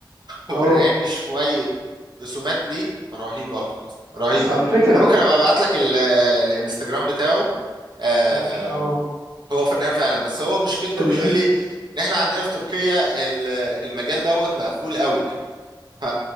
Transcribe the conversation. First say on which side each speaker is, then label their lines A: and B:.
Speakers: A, on the right (about 35°); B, on the right (about 65°).
A: اه
B: وراني شوية رسومات ليه رهيبة رهيبة
A: بس على فكره
B: انا ممكن ابقى ابعت لك ال- الانستجرام بتاعه آه،
A: ممكن اه
B: هو فنان فعلا بس هو مشكلته
A: الفك
B: بيقول لي ان احنا عندنا في تركيا ال- المجال دوت مقفول قوي ف